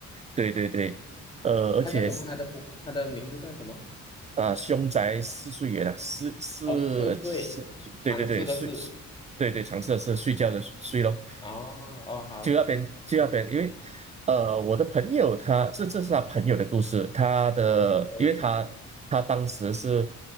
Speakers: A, on the right; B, on the left.
A: 对对对，呃，而且
B: 他叫什么？他的父他的名字叫什么？
A: 啊，凶宅四睡元啊，是是是，
B: 哦，四岁，唐氏的氏。
A: 对对对，睡，对对，常设是睡觉的睡睡咯。
B: 哦哦，好
A: 就那边就那边，因为呃，我的朋友他这这是他朋友的故事，他的因为他他当时是
B: ，OK，